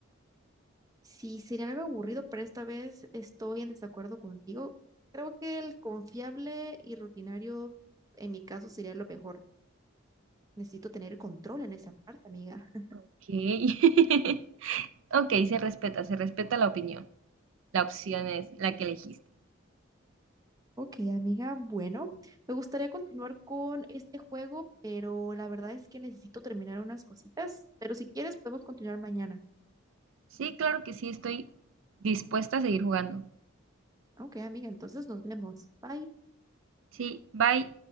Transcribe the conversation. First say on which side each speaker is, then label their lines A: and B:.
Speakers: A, on the right; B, on the right.
A: Sí, sería algo aburrido, pero esta vez estoy en desacuerdo contigo. Creo que el confiable y rutinario en mi caso sería lo mejor. Necesito tener el control en esa parte, amiga. <laughs>
B: Ok. <laughs> Ok, se respeta, se respeta la opinión. La opción es la que elegiste.
A: Ok, amiga, bueno, me gustaría continuar con este juego, pero la verdad es que necesito terminar unas cositas, pero si quieres podemos continuar mañana.
B: Sí, claro que sí, estoy dispuesta a seguir jugando.
A: Ok, amiga, entonces nos vemos. Bye.
B: Sí, bye.